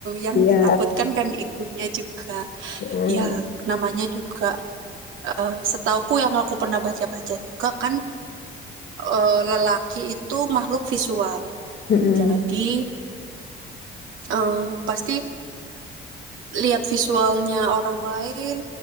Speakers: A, on the right; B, on the left.
A: yang
B: iya.
A: ditakutkan
B: Iya.
A: kan itunya juga
B: Mm,
A: ya namanya juga eh, setauku yang aku pernah baca-baca juga kan eh, lelaki itu makhluk visual.
B: mm,
A: Jadi eh, pasti lihat visualnya orang lain,